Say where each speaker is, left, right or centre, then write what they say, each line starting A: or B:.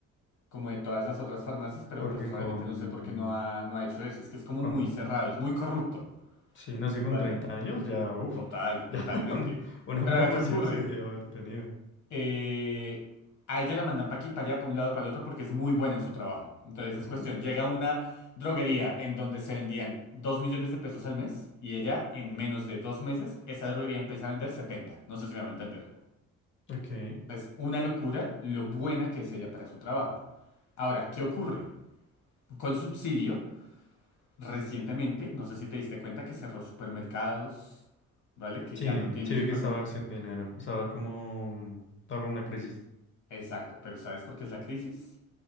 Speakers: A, on the left (about 70°); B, on the left (about 40°).
A: como de todas las otras farmacias, pero
B: Porque
A: pues realmente
B: con,
A: no sé por qué
B: mm,
A: no ha, no ha hecho eso. Es que es como
B: con
A: muy cerrado, es muy corrupto,
B: Sí, no es que con
A: ¿vale?
B: 30 años ya, uff,
A: Total, totalmente.
B: ya <laughs> una, una
A: Pero
B: promoción
A: ahora, ¿qué ocurre?
B: sí debió haber tenido.
A: Eh, a ella la mandan para aquí, para allá, para un lado, para el otro, porque es muy buena en su trabajo. Entonces es
B: Ujú,
A: cuestión, llega a una droguería en donde se vendían 2 millones de pesos al mes y ella en menos de dos meses, esa droguería empieza a vender setenta No sé si me va a entender.
B: Ok.
A: Es una locura lo buena que es ella para su trabajo. Ahora, ¿qué ocurre? Con subsidio, recientemente, no sé si te diste cuenta que cerró supermercados, ¿vale? Que
B: Sí,
A: ya no tiene
B: sí vi
A: supermercado.
B: que estaba haciendo dinero. Estaba como... Estaba con una crisis.
A: Exacto, pero ¿sabes por qué es la crisis?